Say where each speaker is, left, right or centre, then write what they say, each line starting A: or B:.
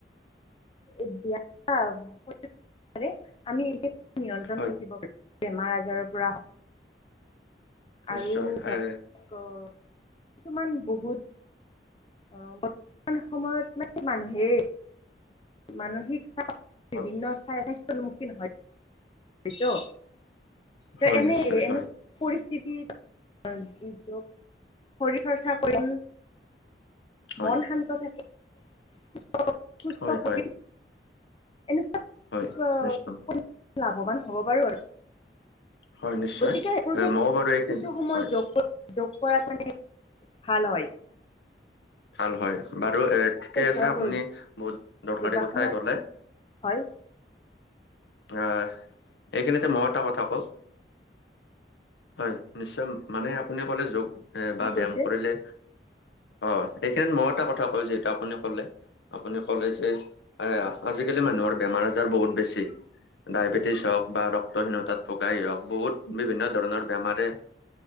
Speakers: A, on the left (about 30°); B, on the left (about 80°).
A: <unintelligible> নিয়ন্ত্ৰণ
B: হয়
A: থাকিব পাৰোঁ। বেমাৰ আজাৰৰ পৰা হওঁক
B: নিশ্চয়
A: আৰু ধৰক
B: এ
A: কিছুমান বহুত অহ, বৰ্তমান সময়ত মানে মানুহেই মানসিক চাপ বিভিন্ন
B: হয়
A: স্বাস্থ্যৰ সন্মুখীন হয়। হয়টো তে'
B: হয়
A: এনেই
B: নিশ্চয়
A: এনে
B: হয়
A: পৰিস্থিতি য'ত শৰীৰ চৰ্চা কৰি
B: হয়
A: মন শান্ত থাকে, সস্থ-সুস্থ
B: হয়
A: শৰীৰ
B: হয়
A: হৈ, এনেকুৱা কিছু-কিছুপৰিমাণে
B: হয় নিশ্চয়
A: লাভৱান হ'ব পাৰোঁ আৰু।
B: হয় নিশ্চয়
A: গতিকে
B: এ মইও বাৰু এইখিনি
A: কিছু সময়
B: হয়
A: যোগ-যোগ কৰাত মানে ভাল হয়।
B: ভাল হয় বাৰু এ ঠিকেই আছে
A: ধৰক
B: আপুনি বহুত দৰকাৰী
A: যোগাসনত,
B: কথাই ক'লে
A: হয়।
B: অহ', এইখিনিতে মইয়ো এটা কথা কওঁ। হয় নিশ্চয়। মানে আপুনি ক'লে যোগ
A: কি
B: বা
A: কৈছে
B: ব্যয়ায়াম কৰিলে অ', এইখিনিত মই এটা কথা কওঁ যিহেতু আপুনি ক'লে আপুনি ক'লে যে এইয়া আজিকালি মানুহৰ বেমাৰ আজাৰ বহুত বেছি। ডায়েবেটিছ হওঁক বা ৰক্তহীনতাত ভোগাই হওঁক বহুত বিভিন্ন ধৰণৰ বেমাৰে